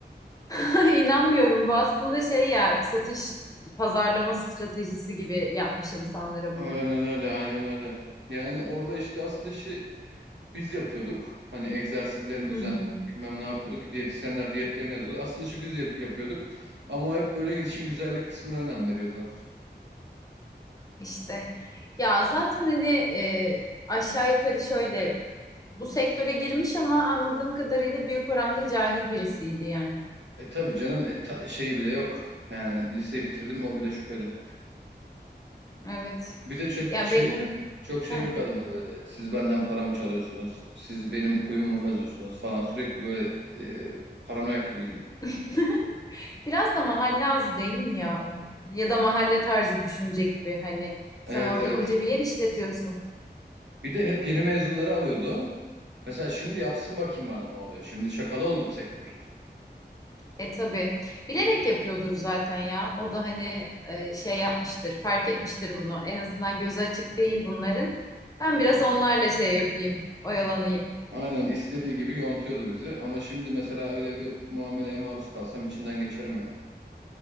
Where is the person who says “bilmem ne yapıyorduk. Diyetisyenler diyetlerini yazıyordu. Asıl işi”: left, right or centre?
Right